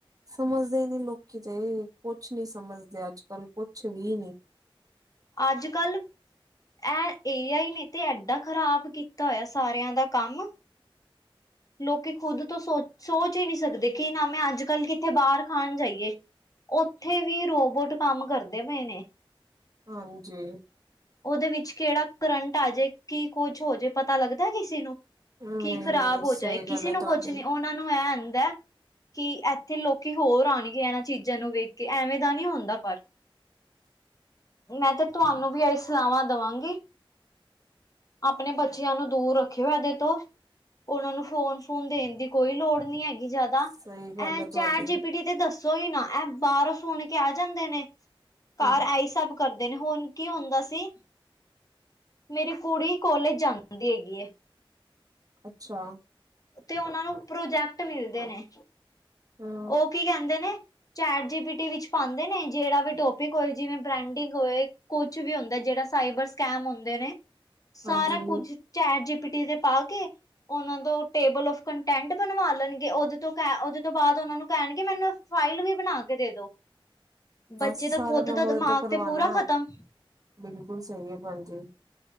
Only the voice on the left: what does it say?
ਅੱਜ-ਕੱਲ੍ਹ ਐਹ ਏ ਆਈ ਨੇ ਤੇ ਐਡਾ ਖ਼ਰਾਬ ਕੀਤਾ ਹੋਇਆ ਸਾਰਿਆਂ ਦਾ ਕੰਮ ਲੋਕੀ ਖੁਦ ਤੋਂ ਸੋਚ-ਸੋਚ ਹੀ ਨਹੀਂ ਸਕਦੇ। ਕਿ ਨਾ ਮੈਂ ਅੱਜ-ਕੱਲ੍ਹ ਕਿੱਥੇ ਬਾਹਰ ਖਾਣ ਜਾਈਏ। ਉੱਥੇ ਵੀ ਰੋਬੋਟ ਕੰਮ ਕਰਦੇ ਪਏ ਨੇ।
ਉਹਦੇ ਵਿੱਚ ਕਿਹੜਾ ਕਰੰਟ ਆ ਜੇ ਕੀ ਕੁਝ ਹੋ ਜੇ ਪਤਾ ਲੱਗਦਾ ਕਿਸੇ ਨੂੰ।
ਕੀ ਖ਼ਰਾਬ
ਹੋ
ਜਾਏ ਕਿਸੇ
ਨੂੰ
ਕੁੱਛ ਨੀ ਉਹਨਾਂ ਨੂੰ ਇਹ ਹੁੰਦਾ ਹੈ ਕਿ ਇੱਥੇ ਲੋਕੀ ਹੋਰ ਆਣਗੇ ਇਹਨਾਂ ਚੀਜ਼ਾਂ ਨੂੰ ਵੇਖ ਕੇ ਐਵੇਂ ਦਾ ਨਹੀਂ ਹੁੰਦਾ ਪਰ। ਮੈਂ ਤੇ ਤੁਹਾਨੂੰ ਵੀ ਏਹੀ ਸਲਾਵਾਂ ਦੇਵਾਂਗੀ ਆਪਣੇ ਬੱਚਿਆਂ ਨੂੰ ਦੂਰ ਰੱਖਿਓ ਇਹਦੇ ਤੋਂ। ਉਹਨਾਂ ਨੂੰ ਫੋਨ-ਫੁਨ ਦੇਣ ਦੀ ਕੋਈ ਲੋੜ ਨਹੀਂ ਹੈਗੀ ਜਿਆਦਾ,
ਐਹ
ਚੈਟ
ਜੀ ਪੀਟੀ ਤੇ ਦੱਸੋ ਈ ਨਾ ਇਹ ਬਾਹਰੋ ਸੁਨ ਕੇ ਆ ਜਾਂਦੇ ਨੇ ਘਰ
ਏਹੀ ਸਬ ਕਰਦੇ ਨੇ ਹੁਨ ਕੀ ਹੁੰਦਾ ਸੀ ਮੇਰੀ ਕੁੜੀ ਕੋਲੇਜ ਜਾਂਦੀ ਹੈਗੀ ਏ
ਤੇ ਉਹਨਾਂ ਨੂੰ ਪ੍ਰੋਜੈਕਟ ਮਿਲਦੇ ਨੇ,
ਉਹ ਕੀ ਕਹਿੰਦੇ ਨੇ ਚੈਟ ਜੀ ਪੀ ਟੀ ਵਿੱਚ ਪਾੰਦੇ ਨੇ ਜਿਹੜਾ ਵੀ ਟੋਪਿਕ ਹੋਏ ਜਿਵੇਂ ਬ੍ਰੈਂਡਿੰਗ ਹੋਏ ਕੁਛ ਵੀ ਹੁੰਦਾ ਜਿਹੜਾ ਸਾਈਬਰ ਸਕੈਮ ਹੁੰਦੇ ਨੇ, ਸਾਰਾ
ਕੁਝ ਚੈਟ ਜੀ ਪੀ ਟੀ ਤੇ ਪਾ ਕੇ ਉਹਨਾਂ ਨੂੰ ਟੇਬਲ ਔਫ਼ ਕੰਟੈਂਟ ਬਨਵਾ ਲੈਨਗੇ ਉਹਦੇ ਤੋਂ ਕਹਿ ਉਹਦੇ ਤੋਂ ਬਾਅਦ ਉਹਨਾਂ ਨੂੰ ਕਹਿਣਗੇ ਮੈਨੂੰ ਫਾਈਲ ਵੀ ਬਨਾ ਕੇ ਦੇਦੋ,
ਬੱਚੇ
ਦਾ ਖੁਦ
ਦਾ
ਦਿਮਾਗ
ਤੇ ਪੂਰਾ ਖ਼ਤਮ